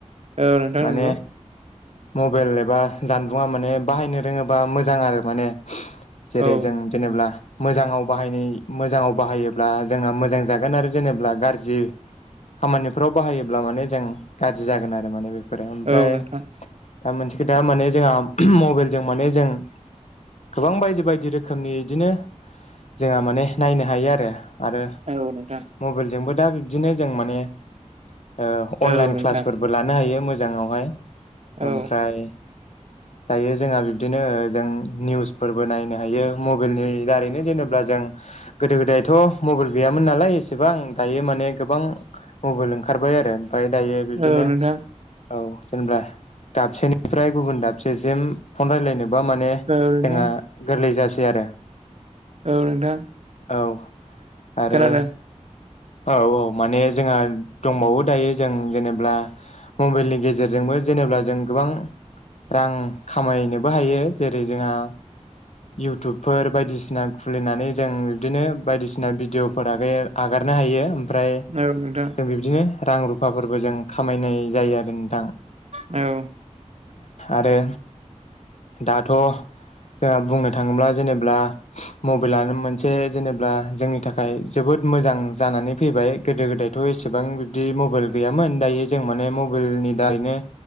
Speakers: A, on the right; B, on the left.
A: औ नोंथां
B: माने
A: नंगौ।
B: मबाइल एबा जानबुंङा माने बाहायनो रोङोबा मोजां आरो माने। जेरै
A: औ
B: जों जेनेबा मोजाङाव बाहायनाय मोजाङाव बाहायोब्ला जोंना मोजां जागोन आरो जेबा गाज जि खामानिफोराव बाहायोब्ला माने जों गाज्रि जागोन आरो माने बे बेफोर ओमफ्राय
A: औ नोंथां
B: दा मोनसे खोथा माने जोंहा मबाइलजों माने जों गोबां बायदि बायदि रोखोमनि इदिनो जोंहा माने नायनो हायो आरो। आरो
A: औ नोंथां
B: मबाइलजोंबो दा बिब्दिनो जों माने। ओ
A: औ
B: अनलाइन
A: नोंथां
B: क्लासफोरबो लानो हायो मोजाङावहाय
A: औ
B: ओमफ्राय। दायो जोंहा बिब्दिनो जों निउसफोरबो नायनो हायो मबाइलनि दारैनो। जेनेबा जों गोदो गोदायथ' मबाइल गैयामोन नालाय एसेबां दायो माने गोबां। मबाइल ओंखारबाय आरो ओमफफ्राय दायो बिदिनो।
A: औ नोंथां
B: औ जेनेबा दाबसेनिफ्राय गुबुन दाबसेसिम फन रायज्लायनो। बा माने
A: औ नोंथां
B: जोंहा गोरलै जासै आरो।
A: औ नोंथां।
B: औ आरो
A: खोनादों
B: औ औ माने जोंहा दंबावो दायो जों जेनेब्ला मबाइलनि गेजेरजोंबो जेनेब्ला जों गोबां रां खामायनोबो हायो जेरै जोंहा इउटुबफोर बायदिसिना खुलिनानै जों बिब्दिनो बायदिसिना भिडिय'फोर आरो आगार नो हायो ओमफ्राय
A: औ नोंथां
B: जों बिबदिनो रां रुफाफोरबो जों खामायनाय जायो आरो थां
A: औ
B: आरो दाथ' जोंहा बुंनो थाङोब्ला जेनेब्ला मबाइलानो मोनसे जेनेब्ला जोंनि थाखाय जोबोद मोजां मोजां जानानै फैबाय गोदो गोदायथ' एसेबां बिबदि मबाइल गैयामोन दायो जों माने मबाइलनि दा। रैनो